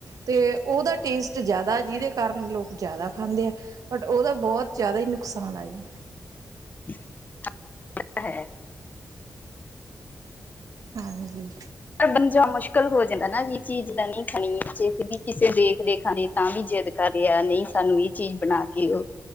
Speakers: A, on the right; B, on the left.
A: ਤੇ, ਓਹਦਾ ਟੇਸਟ ਜਿਆਦਾ, ਜਿਦੇ ਕਾਰਨ ਲੋਕ ਜਿਆਦਾ ਖਾਂਦੇ ਆ। ਬਟ ਓਹਦਾ ਬਹੁਤ ਜਿਆਦਾ ਈ, ਨੁਕਸਾਨ ਆ ਜੀ।
B: <inaudible> ਹੈ।
A: ਹਾਂਜੀ।
B: ਪਰ ਬੰਜਾ ਮੁਸ਼ਕਿਲ ਹੋ ਜਾਂਦਾ ਨਾ ਜੀ ਚੀਜ਼ ਦਨੀ ਖਣੀ ਵੀ ਕਿਸੇ ਦੇਖ ਦੇਖ ਦੇ ਤਾਂ ਵੀ ਜਿੱਦ ਕਰ ਰਿਆ, ਨਹੀਂ ਸਾਨੂੰ ਇਹ ਚੀਜ਼ ਬਣਾਕੇ ਓਹ,